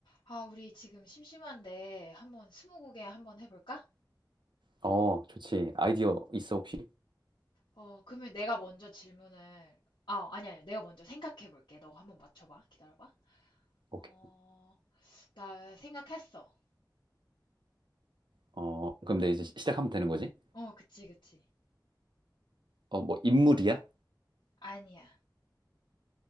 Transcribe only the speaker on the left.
아, 우리 지금 심심한데 한번 스무고개 한번 해볼까?
어, 그러면 내가 먼저 질문을 아, 아니 아니. 내가 먼저 생각해 볼게. 너가 한번 맞춰 봐. 기다려 봐.
어, 나 생각했어.
어, 그치, 그치.
아니야.